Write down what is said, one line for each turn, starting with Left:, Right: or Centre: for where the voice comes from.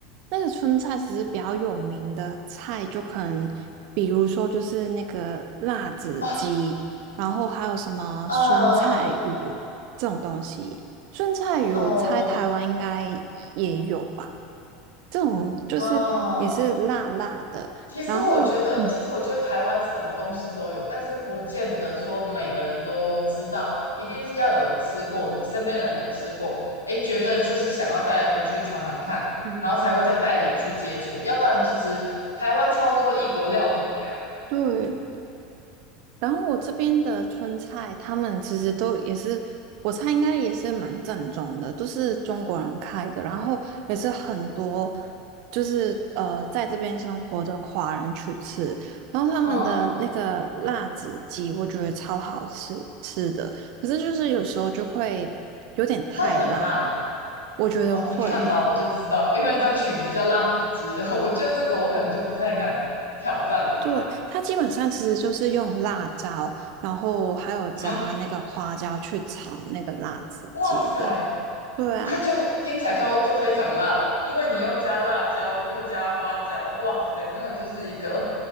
Right: 那个春菜其实比较有名的菜，就可能比如说就是那个辣子鸡，
Left: 啊？
Right: 然后还有什么酸菜鱼这种东西。
Left: 呃
Right: 酸菜鱼我猜台湾应该
Left: 哦，我知
Right: 也有吧，这种就是也是辣辣的。
Left: 啊。其实我觉得，
Right: 然后，嗯，
Left: 其实我觉得台湾什么东西都有，但是不见得说每个人都知道啦。一定是要有人吃过，你身边的人有吃过，诶，觉得就是想要再回去尝尝看，
Right: 对
Left: 然后才会再带人去接触。要不然，其实台湾超多异国料理的呀。
Right: 对，然后我这边的川菜，他们其实都也是，我猜应该也是蛮正宗的，都是中国人开的，然后也是很多就是呃在这边生活的华人去吃，然后他们的那个辣子鸡，
Left: 嗯嗯，
Right: 我觉得超好吃吃的，可是就是有时候就会有点太辣了，
Left: 会很辣吗？
Right: 我觉得会耶。
Left: 哦，你看吧，我就知道，因为叫取名叫辣子鸡的，我觉得这个我可能就不太敢挑战它。
Right: 对，它基本上其实就是用辣椒，然后还有加那个花椒去炒那个辣子鸡的。
Left: <gasps> 哇塞！
Right: 对啊，
Left: 那就听起来就就非常辣了，因为你又加辣椒，又加花椒，哇塞，那个就是一个